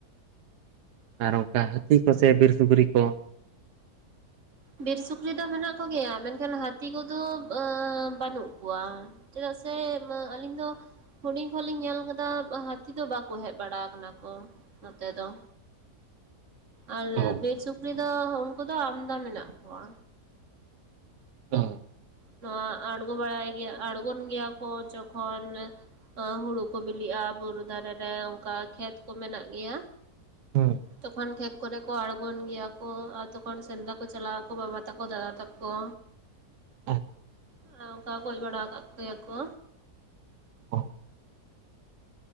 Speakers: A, on the right (about 80°); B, on the right (about 50°).
A: ᱟᱨ ᱚᱝᱠᱟ ᱦᱟᱹᱛᱤ ᱠᱚᱥᱮ ᱵᱤᱨ ᱥᱩᱠᱨᱤ ᱠᱚ
B: ᱵᱤᱨ ᱥᱩᱠᱨᱤ ᱫᱚ ᱢᱮᱱᱟᱜ ᱠᱚᱜᱮᱭᱟ ᱢᱮᱱᱠᱷᱟᱱ ᱦᱟᱹᱛᱤ ᱠᱚᱫᱚ ᱵᱟᱹᱱᱩᱜ ᱠᱚᱣᱟ᱾ ᱪᱮᱫᱟᱜ ᱥᱮ ᱢᱟ ᱟᱹᱞᱤᱧ ᱫᱚ ᱦᱩᱰᱤᱧ ᱠᱷᱚᱱᱞᱤᱧ ᱧᱮᱞ ᱠᱟᱫᱟ ᱦᱟᱹᱛᱤ ᱫᱚ ᱵᱟᱠᱚ ᱦᱮᱡ ᱵᱟᱲᱟ ᱠᱟᱱᱟ ᱠᱚ ᱱᱚᱛᱮ ᱫᱚ᱾
A: <inaudible>
B: ᱟᱨ
A: ᱦᱩᱸ
B: ᱵᱤᱨ ᱥᱩᱠᱨᱤ ᱫᱚ ᱩᱱᱠᱩ ᱫᱚ ᱟᱢᱫᱟ ᱢᱮᱱᱟᱜ ᱠᱚᱣᱟ᱾
A: <unintelligible>
B: ᱱᱚᱣᱟ ᱟᱬᱜᱳ ᱵᱟᱲᱟᱭ ᱜᱮᱭᱟ ᱟᱬᱜᱳᱱ ᱜᱮᱭᱟ ᱠᱚ ᱡᱚᱠᱷᱚᱱ ᱟ ᱦᱩᱲᱩ ᱠᱚ ᱵᱤᱞᱤᱜ-ᱟ ᱵᱩᱨᱩ ᱫᱷᱟᱨᱮ ᱨᱮ ᱚᱝᱠᱟ ᱠᱷᱮᱛ ᱠᱚ ᱢᱮᱱᱟᱜ ᱜᱮᱭᱟ
A: ᱦᱩᱸ
B: ᱛᱚᱠᱷᱚᱱ ᱠᱷᱮᱛ ᱠᱚᱨᱮ ᱠᱚ ᱟᱬᱜᱳᱱ ᱜᱮᱭᱟ ᱠᱚ ᱟᱨ ᱛᱚᱠᱷᱚᱱ ᱥᱮᱱᱫᱟ ᱠᱚ ᱪᱟᱞᱟᱜ ᱟᱠᱚ ᱵᱟᱵᱟ ᱛᱟᱠᱚ ᱫᱟᱫᱟ ᱛᱟᱠᱚ᱾
A: ᱟᱪᱪᱷᱟ ᱟᱪᱪᱷᱟ
B: ᱟ ᱚᱝᱠᱟ ᱜᱚᱡ ᱵᱟᱲᱟ ᱠᱟᱜ ᱠᱚᱜᱮᱭᱟᱠᱚ᱾
A: ᱚ